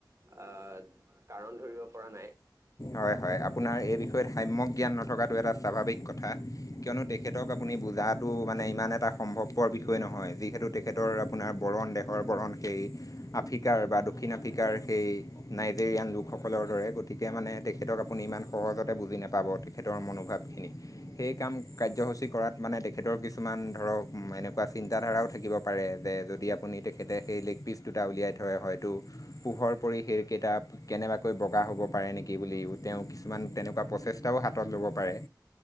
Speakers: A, on the right; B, on the left.
A: আহ কাৰণ ধৰিব পৰা নাই।
B: হয় হয়, আপোনাৰ এই বিষয়ত সাম্য়ক জ্ঞান নথকাতটো এটা স্বাভাৱিক কথা। কিয়নো তেখেতক আপুনি বুজাটো মানে ইমান এটা সম্ভৱপৰ বিষয় নহয় যিহেতু তেখেতৰ আপোনাৰ বৰণ দেশৰ বৰণ সেই আফ্ৰিকাৰ বা দক্ষিণ আফ্ৰিকাৰ সেই নাইজেৰিয়ান লোকসকলৰ দৰে গতিকে মানে তেখেতক আপুনি ইমান সহজতে বুজি নাপাব তেখেতৰ মনোভাৱখিনি সেই কাম কাৰ্যসূচী কৰাত মানে তেখেতৰ কিছুমান ধৰক এনেকুৱা চিন্তাধাৰাও থাকিব পাৰে যে যদি আপুনি তেখেতে সেই লেখি বি দুটা উলিয়াই থয় হয়তো পোহৰ পৰি সেই কেইটা কেনেবাকৈ বগা হব পাৰে নেকি বুলি তেওঁ কিছুমান তেনেকুৱা প্ৰচেষ্টাও হাতত ল'ব পাৰে